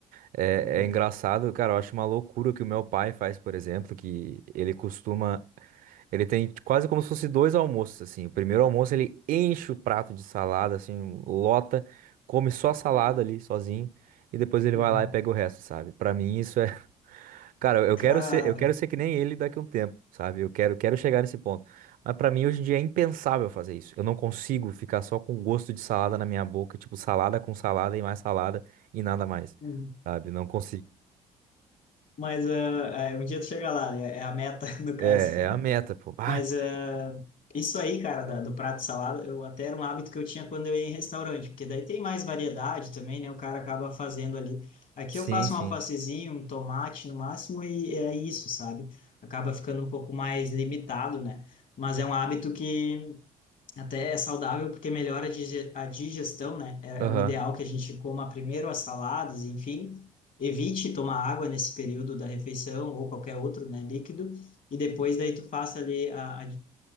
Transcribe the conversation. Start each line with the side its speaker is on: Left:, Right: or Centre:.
Right: É,
Left: Uhum.
Right: é engraçado, cara, eu acho uma loucura o que o meu pai faz, por exemplo, que ele costuma. Ele tem quase como se fosse dois almoços, assim. O primeiro almoço ele enche o prato de salada, assim, lota, come só a salada
Left: Ah,
Right: ali sozinho, e depois ele
Left: uhum.
Right: vai lá e pega o resto, sabe? Pra mim isso é. <laughs> Cara, eu
Left: Cara,
Right: quero ser, eu quero ser que nem ele daqui a um tempo, sabe? Eu quero, quero chegar nesse ponto. Mas pra mim hoje em dia é impensável fazer isso. Eu não consigo ficar só com o gosto de salada na minha boca, tipo salada com salada e mais salada e nada mais
Left: uhum.
Right: sabe? Não consigo.
Left: mas ah, ah, um dia tu chega lá, né? É a meta, <laughs> no caso.
Right: É, é a meta, pô. Ah,
Left: Mas eh, isso aí, cara, da- do prato de salada, eu até era um hábito que eu tinha quando eu ia em restaurante, porque daí tem mais variedade também, né? O cara acaba fazendo ali. Aqui
Right: sim,
Left: eu faço
Right: sim.
Left: um alfacezinho, um tomate no máximo, e é isso, sabe? Acaba ficando um pouco mais limitado, né? Mas é um hábito que até é saudável porque melhora a dige- a digestão, né? É,
Right: Aham.
Left: é o ideal que a gente coma primeiro as saladas, enfim. Evite tomar água nesse período da refeição ou qualquer outro, né, líquido. E depois daí tu faça ali a, a-